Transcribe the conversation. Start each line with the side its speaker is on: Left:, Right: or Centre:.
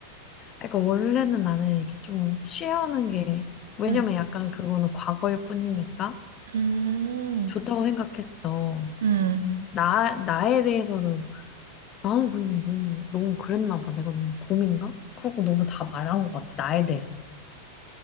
Left: 아, 그러니까 원래는 나는 이게 좀 쉬어하는 게 왜냐면
Right: 음,
Left: 약간 그거는 과거일 뿐이니까
Right: 음,
Left: 좋다고 생각했어.
Right: 음,
Left: 나, 나에 대해서는, 나는 근데 너무, 너무 그랬나 봐. 내가 너무 곰인가? 그러고 너무 다 말한 것 같아, 나에 대해서.